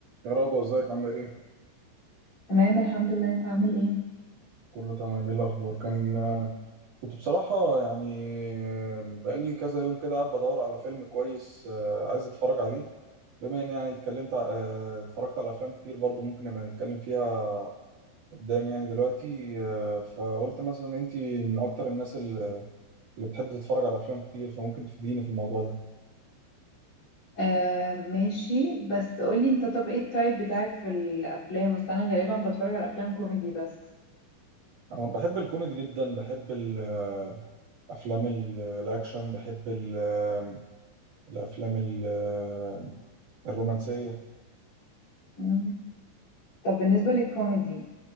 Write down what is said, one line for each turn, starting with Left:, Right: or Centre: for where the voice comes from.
Right: يا رضوى ازيك عاملة ايه؟
Left: تمام الحمد لله انت عامل ايه
Right: كله تمام ايه الأخبار؟ كان كنت بصراحة يعني بقالي كذا يوم كده قاعد بدور على فيلم كويس آه، عايز اتفرج عليه بما ان يعني اتكلمت ع- آه، اتفرجت على أفلام كتير برضو ممكن نبقى نتكلم فيها قدام يعني دلوقتي آه، فقلت مثلا انتي من أكتر الناس اللي اللي بتحب تتفرج على أفلام كتير فممكن تفيديني في الموضوع ده
Left: آه ماشي بس قولي انت طب ايه التايب بتاعك في الافلام اصل انا غالبا بتفرج على افلام كوميدي بس
Right: أنا بحب الكوميدي جدا بحب ال- آه، أفلام ال- الأكشن بحب ال- آه، الأفلام ال- آه، الرومانسية
Left: مم. طب بالنسبة للكوميدي